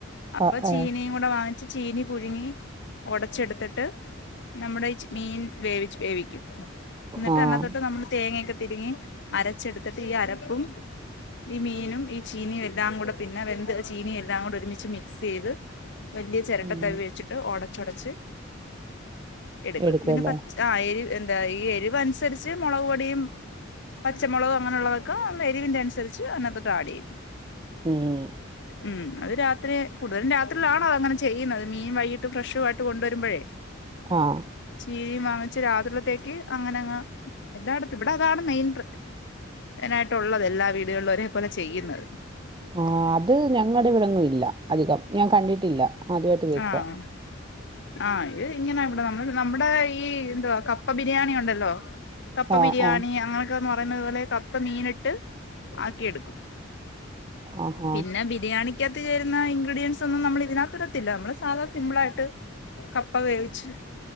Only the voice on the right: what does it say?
ആഹ് ആഹ്
ആഹ്
ഉം
എടുക്കുവല്ലേ
ഉം
ആഹ്
ആ അത് ഞങ്ങട ഇവിടൊന്നും ഇല്ല. അധികം ഞാൻ കണ്ടിട്ടില്ല. ആദ്യമായിട്ട് കേൾക്കുവാ
ആഹ്
ആഹ്
ആഹാ